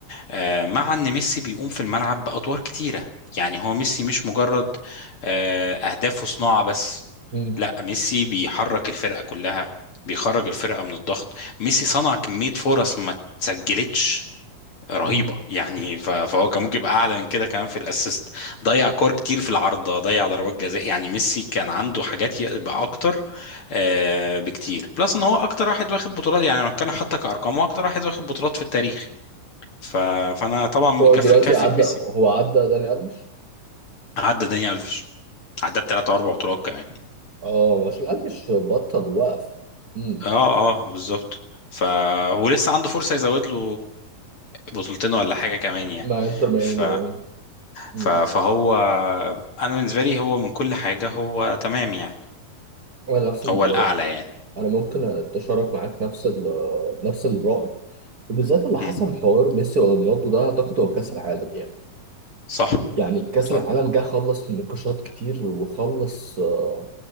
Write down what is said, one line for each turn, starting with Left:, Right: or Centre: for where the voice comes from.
Left: آه، مع ان ميسي بيقوم في الملعب بادوار كتيره يعني هو ميسي مش مجرد آه، اهداف وصناعه بس
Right: مم.
Left: لا ميسي بيحرك الفرقه كلها بيخرج الفرقه من الضغط ميسي صنع كميه فرص ما تسجلتش رهيبه
Right: مم.
Left: يعني ف- فهو كان ممكن يبقى اعلى من كده كمان في الاسيست ضيع كور كتير في العارضه ضيع ضربات جزاء يعني ميسي كان عنده حاجات يبقى اكتر آه، بكتير بلس ان هو اكتر واحد واخد بطولات يعني لو هنتكلم حتى كارقام هو اكتر واحد واخد بطولات في التاريخ ف... فانا طبعا
Right: هو
Left: جف...
Right: دلوقتي
Left: كفه
Right: عدى
Left: ميسي
Right: هو عدى داني ألفيش
Left: عدى داني الفيش عدى بثلاث اربع بطولات كمان
Right: اه عشان ألفيش بطل وقف مم.
Left: اه اه بالظبط ف ولسه عنده فرصه يزود له بطولتين ولا حاجه كمان يعني
Right: مع انتر ميامي
Left: ف...
Right: اه مم.
Left: ف... فهو انا بالنسبه لي هو من كل حاجه هو تمام يعني
Right: انا نفس ال...
Left: هو
Right: آه،
Left: الاعلى يعني
Right: انا ممكن اتشارك معاك نفس ال... آه، نفس الرأي وبالذات اللي حصل
Left: مم.
Right: حوار ميسي ورونالدو ده اعتقد هو كأس العالم يعني
Left: صح
Right: يعني كأس
Left: صح
Right: العالم جه خلص نقاشات كتير وخلص آه،